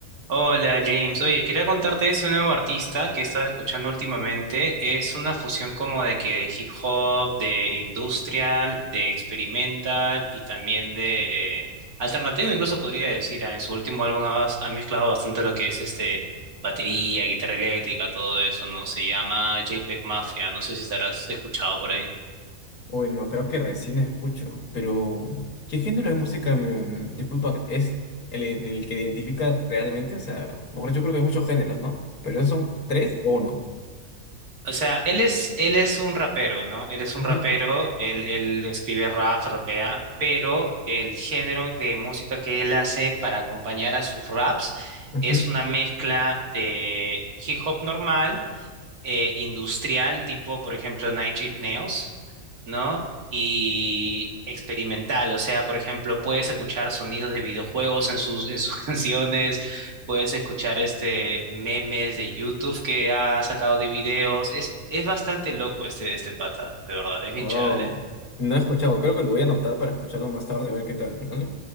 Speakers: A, on the right (about 90°); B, on the left (about 85°).
A: Hola James, oye, quería contarte de ese nuevo artista que he estado escuchando últimamente. Es una fusión como de que de hip hop, de industrial, de experimental y también de alternativo, incluso podría decir. ah, En su último álbum ha, bas- ha mezclado bastante lo que es este batería, guitarra eléctrica, todo eso, ¿no? Se llama JPEG Mafia, no sé si estarás escuchado por ahí.
B: Uy, no, creo que recién escucho, pero ¿qué género de música me... Disculpa, ¿es el, el que identifica realmente? O sea, mejor yo creo que hay muchos géneros, ¿no? Pero esos son tres o uno.
A: O sea, él es, él es un rapero, ¿no? Él es
B: Ujú,
A: un rapero, él, él escribe rap, rapea, pero el género de música que él hace para acompañar a sus raps
B: ujú.
A: es una mezcla de hip hop normal eh, industrial, tipo, por ejemplo, Nine Inch Nails, ¿no? Y experimental, o sea, por ejemplo, puedes escuchar sonidos de videojuegos en sus, en sus <laughs> canciones, puedes escuchar este memes de YouTube que ha sacado de videos. Es, es bastante loco este, este pata, de verdad, es bien
B: Wow.
A: chévere.
B: No he escuchado, creo que lo voy a anotar para escucharlo más tarde, a ver qué tal, ¿vale?